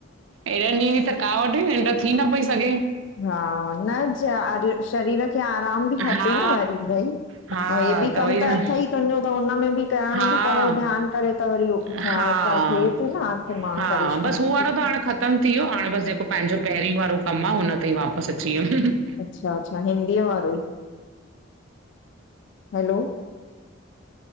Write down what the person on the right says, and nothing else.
हेॾनि ॾींहंन जी थका कावट हुई निंड्र थी न पई सघे।
हा
हा
वई
न
हा
हा
हा
बसि हू
वारो
त हाणे ख़तमु थी वियो हाणे, बसि जेको पंहिंजो पहिरीं वारो कमु आ हुन ते ई वापसि अची वियमि।